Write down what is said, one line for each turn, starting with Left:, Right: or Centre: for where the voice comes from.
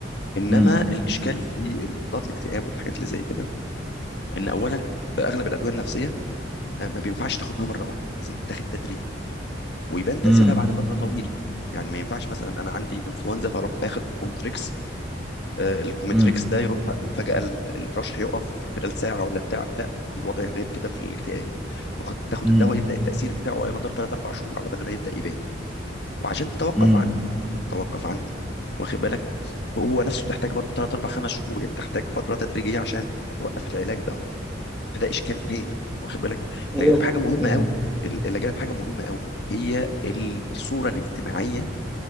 Left: انما
Centre: امم
Left: الاشكال في مضادات الاكتئاب والحاجات اللي زي كده ان اولا اغلب الادويه النفسيه آه، ما بينفعش تاخدها مره واحده لازم تتاخد تدريج ويبان تاثيرها
Centre: امم
Left: بعد فتره طويله يعني ما ينفعش مثلا انا عندي انفلونزا فاروح اخد كومتريكس آه، الكومتريكس
Centre: امم
Left: ده يروح فجاه ال- الرشح يقف خلال ساعه ولا بتاع لا الوضع غير كده في الاكتئاب تاخد تاخد
Centre: امم
Left: الدواء يبدا التاثير بتاعه على مدار 3 4 شهور على بدل ما يبدا يبان وعشان تتوقف
Centre: امم
Left: عنه توقف عنه واخد بالك هو نفسه تحتاج برضه 3 4 5 شهور يعني تحتاج فتره تدريجيه عشان توقف العلاج ده فده اشكال تاني واخد بالك
Centre: هو
Left: الاجانب حاجه مهمه
Centre: مم.
Left: قوي ال- الاجانب حاجه مهمه قوي هي الصوره الاجتماعيه